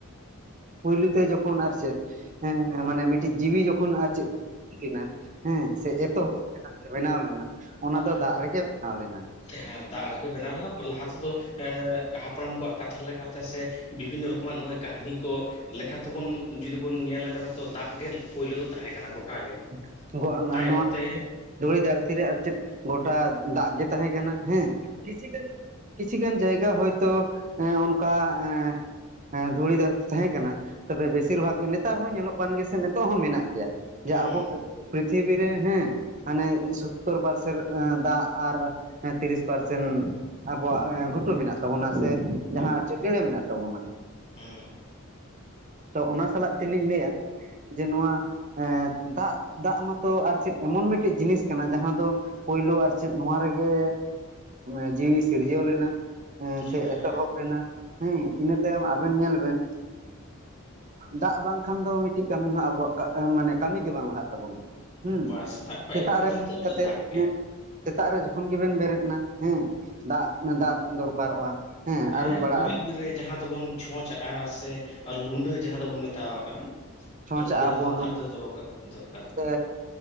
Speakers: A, on the right (about 35°); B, on the left (about 25°).
A: ᱯᱩᱭᱞᱳ ᱛᱮ ᱡᱚᱠᱷᱚᱱ ᱪᱮᱫ ᱦᱮᱸ ᱢᱟᱱᱮ ᱢᱤᱫᱴᱮᱱ ᱡᱤᱣᱤ ᱡᱚᱠᱷᱚᱱ ᱟᱨ ᱪᱮᱫ <unintelligible> ᱦᱩᱭᱱᱟ ᱦᱮᱸ ᱥᱮ ᱮᱛᱚᱦᱚᱵ ᱵᱮᱱᱟᱣ ᱞᱮᱱᱟ ᱚᱱᱟ ᱫᱚ
B: ᱦᱮᱸ
A: ᱫᱟᱜ ᱨᱮᱜᱮ ᱵᱮᱱᱟᱣ ᱞᱮᱱᱟ
B: ᱦᱮᱸ ᱫᱟᱜ ᱨᱮᱜᱮ ᱵᱮᱱᱟᱣ ᱞᱮᱱᱟ, ᱞᱟᱦᱟ ᱛᱮᱫᱚ ᱦᱟᱯᱲᱟᱢ ᱠᱚᱣᱟᱜ ᱠᱟᱛᱷᱟ ᱞᱮᱠᱟᱛᱮ ᱥᱮ ᱵᱤᱵᱷᱤᱱᱱᱚ ᱨᱚᱠᱚᱢᱟᱜ ᱱᱚᱜᱼᱚᱭ ᱠᱟᱹᱦᱱᱤ ᱠᱚ ᱞᱮᱠᱟᱛᱮᱵᱚᱱ ᱡᱩᱫᱤ ᱵᱚᱱ ᱧᱮᱞ ᱠᱟᱫᱟ ᱛᱚ ᱫᱟᱜ ᱜᱮ ᱯᱳᱭᱞᱳ ᱫᱚ ᱛᱟᱦᱮᱸ ᱠᱟᱱᱟ ᱜᱚᱴᱟ ᱜᱮ
A: <unintelligible>
B: ᱛᱟᱭᱚᱢ
A: ᱱᱚᱣᱟ <unintelligible>
B: ᱛᱮ
A: ᱫᱷᱩᱲᱤ ᱫᱷᱟᱹᱨᱛᱤ ᱨᱮ ᱟᱨ ᱪᱮᱫ ᱜᱚᱴᱟ ᱫᱟᱜ ᱜᱮ ᱛᱟᱦᱮ ᱠᱟᱱᱟ ᱦᱮᱸ ᱠᱤᱪᱷᱤᱜᱟᱱ ᱠᱤᱪᱷᱤ ᱜᱟᱱ ᱡᱟᱭᱜᱟ ᱦᱳᱭᱛᱚ ᱚᱱᱠᱟ ᱮᱸ ᱦᱮᱸ ᱫᱷᱩᱲᱤ ᱫᱷᱟᱹᱨᱛᱤ ᱛᱟᱦᱮᱸ ᱠᱟᱱᱟ, ᱛᱚᱵᱮ ᱵᱮᱥᱤᱨ ᱵᱷᱟᱜ ᱱᱮᱛᱟᱨ ᱦᱚᱸ ᱧᱮᱞᱚᱜ ᱠᱟᱱ ᱜᱮᱭᱟ ᱥᱮ ᱱᱤᱛᱚᱜ ᱦᱚᱸ ᱢᱮᱱᱟᱜ ᱜᱮᱭᱟ᱾ ᱡᱮ
B: ᱦᱮᱸ
A: ᱟᱵᱚ ᱯᱨᱤᱛᱷᱤᱵᱤ ᱨᱮ ᱦᱮᱸ᱾ ᱦᱟᱱᱮ ᱥᱳᱛᱛᱚᱨ ᱯᱟᱨᱥᱮᱱ ᱮ ᱫᱟᱜ ᱟᱨ ᱮ ᱛᱤᱨᱤᱥ ᱯᱟᱨᱥᱮᱱ ᱟᱵᱚᱣᱟᱜ ᱜᱷᱩᱴᱩ ᱢᱮᱱᱟᱜ ᱛᱟᱵᱚᱱᱟ ᱥᱮ ᱡᱟᱦᱟᱸ
B: ᱦᱮᱸ
A: ᱟᱨ <unintelligible> ᱢᱮᱱᱟᱜ ᱛᱟᱵᱚᱱᱟ᱾
B: ᱦᱩᱸ᱾
A: ᱛᱚ ᱚᱱᱟ ᱥᱟᱞᱟᱜ ᱛᱮᱞᱤᱧ ᱞᱟᱹᱭᱟ ᱡᱮ ᱱᱚᱣᱟ ᱮᱸ᱾ ᱫᱟᱜ ᱫᱟᱜ ᱢᱟᱛᱚ ᱟᱨ ᱪᱮᱫ ᱮᱢᱚᱱ ᱢᱤᱫᱴᱮᱱ ᱡᱤᱱᱤᱥ ᱠᱟᱱᱟ ᱡᱟᱦᱟᱸ ᱫᱚ᱾ ᱯᱳᱭᱞᱳ ᱟᱨ ᱪᱮᱫ ᱱᱚᱣᱟ ᱨᱮᱜᱮ ᱮ ᱡᱤᱣᱤ ᱥᱤᱨᱡᱟᱹᱣ ᱞᱮᱱᱟ᱾ ᱦᱮᱸ ᱥᱮ
B: ᱦᱮᱸ
A: ᱮᱛᱚᱦᱚᱵ ᱞᱮᱱᱟ ᱦᱮᱸ ᱤᱱᱟᱹ ᱛᱟᱭᱚᱢ ᱟᱵᱮᱱ ᱧᱮᱞ ᱵᱮᱱ ᱫᱟᱜ ᱵᱟᱝᱠᱷᱟᱱ ᱫᱚ ᱢᱤᱴᱤᱡ ᱠᱟᱹᱢᱤ ᱦᱚᱸ ᱟᱵᱚᱣᱟᱜ ᱢᱟᱱᱮ ᱠᱟᱹᱢᱤ ᱜᱮ ᱵᱟᱝ ᱞᱟᱦᱟᱜ ᱛᱟᱵᱚᱱᱟ᱾ ᱦᱩᱸ
B: ᱵᱟ ᱠᱷᱚᱱ
A: ᱥᱮᱛᱟᱜ
B: ᱟᱹᱭᱩᱵ ᱯᱚᱨᱡᱚᱱᱛᱚ
A: ᱨᱮ <unintelligible> ᱠᱟᱛᱮᱫ᱾
B: ᱫᱟᱜ ᱜᱮ
A: ᱥᱮᱛᱟᱜ ᱨᱮ ᱡᱚᱠᱷᱚᱱ ᱜᱮᱵᱮᱱ ᱵᱮᱨᱮᱫ ᱮᱱᱟ ᱦᱮᱸ ᱫᱟᱜ ᱫᱟᱜ ᱵᱮᱱ ᱫᱚᱨᱠᱟᱨᱚᱜᱼᱟ᱾ ᱟᱹᱨᱩᱵ
B: ᱦᱮᱸ
A: ᱵᱟᱲᱟᱜᱼᱟ
B: ᱜᱩᱨᱤᱡ ᱨᱮ ᱡᱟᱦᱟᱸ ᱪᱷᱚᱸᱪ ᱟᱜᱼᱟ᱾ ᱞᱩᱰᱟᱹ ᱡᱟᱦᱟᱸ ᱫᱚᱵᱚᱱ ᱢᱮᱛᱟᱣᱟᱜᱼᱟ᱾
A: ᱪᱷᱚᱪᱟᱜᱼᱟ᱾
B: ᱞᱩᱸᱰᱟᱹ
A: ᱵᱚᱱ ᱞᱩ
B: <unintelligible>
A: ᱥᱮ